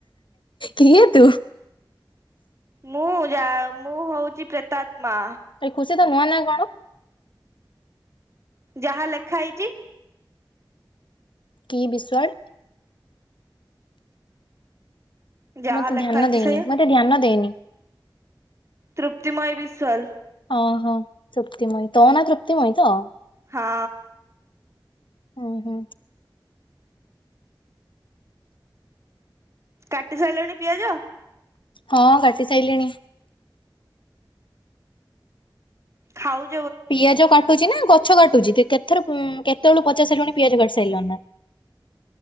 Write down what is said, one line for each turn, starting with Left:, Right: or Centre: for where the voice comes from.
Left: କିଏ ତୁ।
Right: ମୁଁ ଯା ମୁଁ ହଉଛି ପ୍ରେତାତ୍ ମା।
Left: ଏ ଖୁସି ତ ନୁହଁ ନା କଣ।
Right: ଯାହା ଲେଖା ହେଇଛି?
Left: କି ବିଶ୍ବାଳ?
Right: ଯାହା
Left: ମତେ
Right: ଲେଖା
Left: ଧ୍ୟାନ
Right: ହେଇଛି
Left: ଦେଇନି।
Right: ସେଇଆ
Left: ମତେ ଧ୍ୟାନ ଦେଇନି!
Right: ତୃପ୍ତିମୟି ବିଶ୍ୱାଲ।
Left: ଅଁ ହ ତୃପ୍ତିମୟୀ ତ ନା ତୃପ୍ତିମୟୀ ତ?
Right: ହଁ
Left: ହୁଁ ହୁଁ
Right: କାଟି ସାଇଲାଣି ପିଆଜ?
Left: ହଁ କାଟି ସାଇଲିଣି।
Right: ଖାଉଚ୍।
Left: ପିଆଜ କାଟୁଚ ନା ଗଛ କାଟୁଛି, କେତେଥର ଉଁ କେତେବେଳୁ ପଚାରିଶାରିଲୁଣି ପିଆଜ କାଟି ସାରିଳୁ ନା?